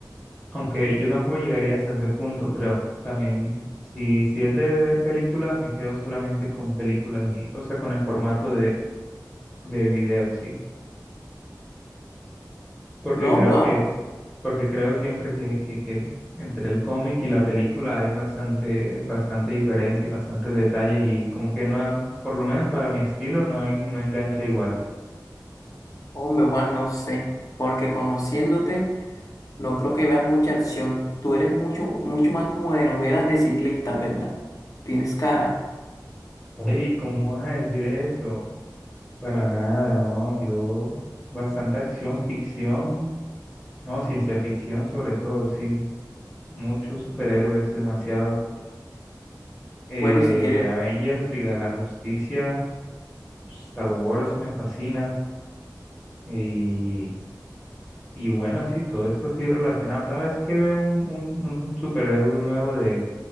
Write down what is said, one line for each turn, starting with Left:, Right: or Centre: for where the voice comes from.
Centre: Aunque yo tampoco llegaría hasta ese punto, creo. También, si, si es de ver películas, me quedo solamente con películas y, o sea, con el formato de, de video, sí. Porque
Left: No,
Centre: creo
Left: Juan,
Centre: que, porque creo siempre que, que, que el- entre el cómic y la película hay bastante, bastante diferencia y bastantes detalles y como que no, por lo menos para mi estilo, no, en- no engancha igual.
Left: hombre, Juan, no sé, porque conociéndote, no creo que veas mucha acción. Tú eres mucho, mucho más como de novelas de ciclista, ¿verdad? Tienes cara.
Centre: <laughs> ¿Y cómo vas a decir eso? Para nada, no, yo bastante acción, ficción, no, ciencia ficción sobre todo, sí. muchos superhéroes, demasiado. Eh,
Left: Bueno, si quieres...
Centre: Avengers, Liga de la Justicia, Star Wars me fascina. Y, y bueno, sí, todo esto así relacionado. Cada vez que veo un, un, un superhéroe nuevo de,